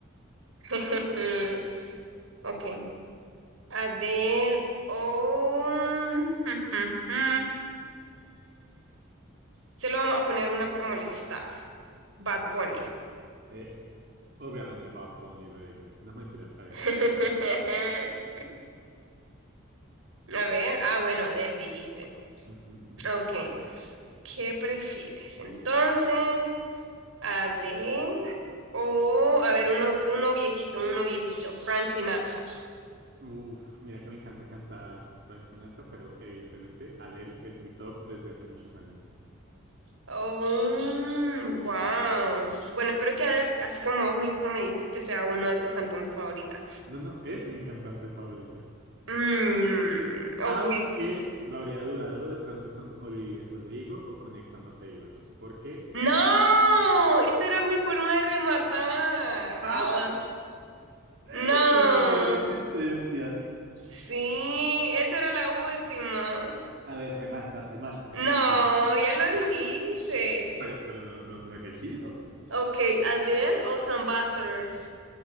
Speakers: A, on the right (about 80°); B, on the right (about 55°).
A: <laughs> Ok. Adele o... <laughs> Se lo vamos a poner una por molestar. Bad Bunny.
B: A ver. Eh, <laughs> obviamente va Bunny, baby. No me enteras, Adele.
A: <laughs> A ver. Ah, bueno, Adele dijiste.
B: Ujú.
A: Ok. ¿Qué prefieres? Entonces... A de... O, a ver, uno, uno viejito, uno viejito, Frank Sinatra.
B: Uf, mira que me encanta cantar Frank Sinatra, pero evidentemente Adele es mi top desde hace muchos años.
A: Oh, wow. Bueno, espero que Adele, así como vos mismo me dijiste, sea uno de tus cantantes favoritas.
B: No, no, es mi cantante favorita.
A: Mm, ok.
B: Aunque lo habría dudado de pronto con Olivier Rodrigo o con Ex Ambassadors. Porque.
A: ¡No! Esa era mi forma de rematar. Ah,
B: ¡Ah!
A: no.
B: <laughs> Perdóname la existencia.
A: Sí, esa era la última.
B: A ver, remata, remata.
A: No,
B: Y él dijo.
A: ya lo dijiste.
B: Pero, pero no, no, no he elegido.
A: Ok, Adele o Ambassadors.